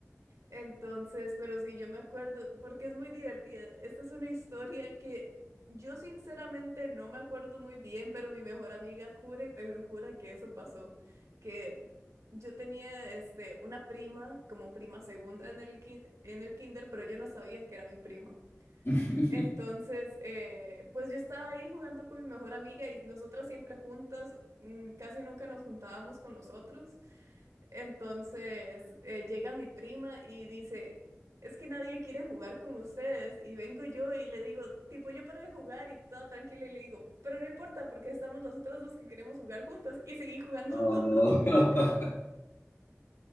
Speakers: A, on the right; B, on the left.
A: Entonces, pero sí, yo me acuerdo, porque es muy divertida. Esta es una historia que yo sinceramente no me acuerdo muy bien, pero mi mejor amiga jura y perjura que eso pasó, que yo tenía este, una prima como prima segunda en el, kin- en el kinder, pero yo no sabía que era mi prima.
B: <laughs>
A: Entonces, eh, pues yo estaba ahí jugando con mi mejor amiga y nosotras siempre juntas, mm, casi nunca nos juntábamos con los otros. Entonces, eh, llega mi prima y dice, es que nadie quiere jugar con ustedes. Y vengo yo y le digo, tipo, yo para de jugar y toda tranquila y le digo, pero no importa porque estamos nosotras dos que queremos jugar juntas y seguí jugando.
B: Oh.
A: <laughs>
B: <laughs>